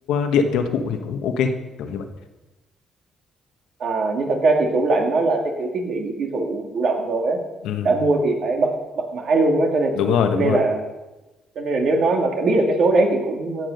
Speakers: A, on the left; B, on the right.
A: điện tiêu thụ thì cũng ok kiểu như vậy
B: À, nhưng thật ra thì tủ lạnh nó là cái kiểu thiết bị điện tiêu thụ chủ động rồi á
A: ừ
B: đã mua thì phải bật bật mãi luôn á cho nên
A: đúng rồi đúng
B: nên
A: rồi
B: là cho nên là nếu nói mà biết được cái số đấy thì cũng